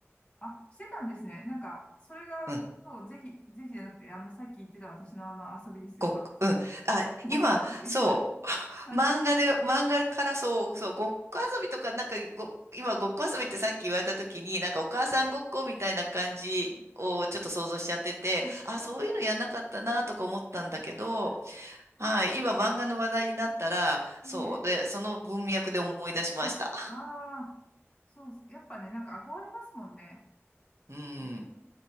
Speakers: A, on the left; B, on the right.
A: あ、してたんですね。なんか、それが、
B: うん
A: そう、ぜひ、ぜひじゃなくて、あの、さっき言ってた私のあの遊びですよ。
B: ごっ、
A: あ、最初、
B: うん。あ、
A: ごっこ遊び。
B: 今、そう、
A: はい。
B: <laughs>
A: はい。
B: 漫画で、漫画からそう、そう、ごっこ遊びとか、なんかご、今、ごっこ遊びってさっき言われた時に、なんかお母さんごっこみたいな感じをちょっと想像しちゃってて、
A: あ、はいはい。
B: あ、そういうのやんなかったなとか思ったんだけど、
A: はい。は
B: はい、今、漫画の話題になったら、
A: い。
B: そう、
A: ええ。
B: で、その文脈で思い出しました。
A: あ、ああ、そう、やっぱね、なんか憧れますもんね。
B: うん。
A: うん